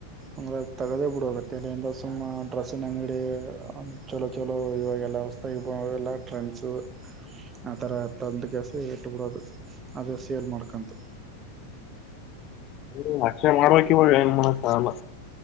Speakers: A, on the right (about 25°); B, on the left (about 35°).
A: ಅಂದ್ರೆ ತಗದೇ ಬಿಡು ಇವತ್ತು ಇಲ್ಲಿಂದ ಸುಮ್ಮ ಡ್ರೆಸ್ಸಿನ ಅಂಗಡಿ ಚೊಲೋ ಚೊಲೋ ಇವಾಗ ಅಲ್ಲ ಹೊಸ್ತಗಿ ಎಲ್ಲ ಟ್ರೆಂಡ್ಸ್ ಆ ತರ ತಂದಕಸ ಇಟ್ಟು ಬಿಡದ ಅದೇ ಸೇಲ್ ಮಾಡ್ಕಂತು
B: ಹ್ಮ ಅಕ್ಷೆ ಮಾಡ್ಬೇಕ ಇವಾಗ್ ಏನ್ ಮಾಡಕ್ಕಾಗಲ್ಲ